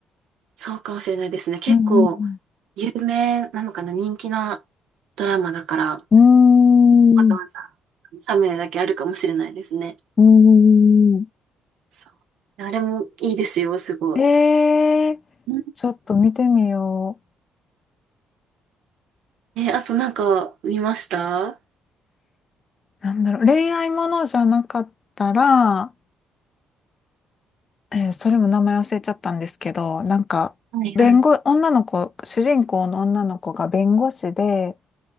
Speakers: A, on the right; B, on the left.
A: そうかもしれないですね。結構、
B: うんうん
A: 有名なのかな、人気なドラマだから、
B: うん。
A: わざわざ
B: うーん
A: サムネだけあるかもしれないですね。
B: うーん。
A: そう。あれもいいですよ、すごい。
B: えー、
A: うん
B: ちょっと見てみよ
A: え、あとなんか見ました
B: う。なんだろう、恋愛ものじゃなかったら、えーそれも名前忘れちゃったんですけど、なんか、
A: はいはい。
B: 弁護、女の子、主人公の女の子が弁護士で、